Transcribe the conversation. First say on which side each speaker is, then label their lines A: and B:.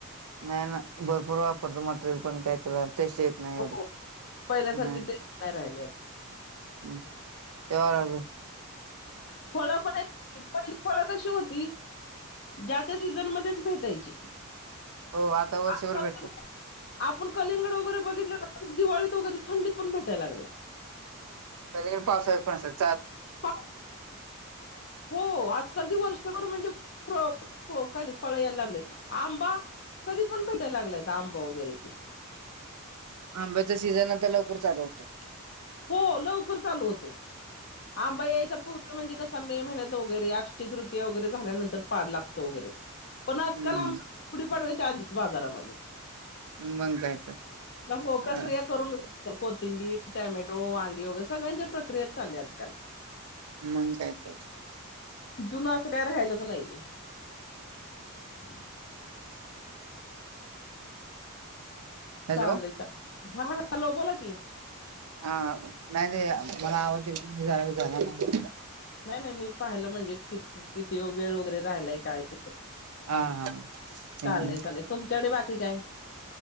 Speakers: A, on the right; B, on the left.
A: नाही ना भरपूर वापरतो मटेरियल पण काय? तस येत नाही एवढी
B: हो पहिल्यासारखी
A: हम.
B: टेस्ट नाही राहिली आजकाल
A: म् तेवार
B: फळ पण आहेत की. पहिली फळ कशी होती? <inaudible> ज्यात ज्या त्या सीझन मध्येच भेटायची.
A: हो आता वर्षभर
B: आ <unintelligible>
A: भेटतात
B: आपण कलींगड वगैरे बघितलं का? दिवाळीत वगैरे थंडीत पण भेटाय लागलय.
A: एक, पासट-पासट
B: <unintelligible> <inaudible> हो आज कल ती वर्षभर म्हणजे फ्रो हो काय ती फळ यायला लागलेत. आंबा कधी पण भेटायला लागल्यात आंब वगैरे.
A: आंब्याचा सीझन आता लवकर चालू होतो.
B: हो लवकर चालू होतो. आंबा यायचा पूर्वी म्हणजे कस मे महिन्यात वगैरे अक्षय तृतीया वगैरे झाल्यानंतर पाड लागतो वगैरे. पण आजकाल
A: हम्म
B: आम गुढी पाडवायच्या आधीच बाजारामध्ये
A: मग काय तर
B: <inaudible> हो प्रक्रिया
A: अ
B: करून द तर कोथिंबीर, टॅमॅटो, वांगी वगैरे सगळ्यांच्या प्रक्रिया चालल्या आजकाल.
A: मग काय तर
B: जुनं असं काय राहियलच नाहीये. <inaudible>
A: हॅलो
B: चाललय चा हा हॅलो बोला कि.
A: हा नाही रे मला आवडते. तुम्ही झारा झाला नाही.
B: नाही नाही मी पाहिलं म्हणजे किती किती वेळ वगैरे राहिलाय काय ते.
A: हा हा. एकदम
B: चालेल, चालेल. तुमच्याकडे बाकी काय?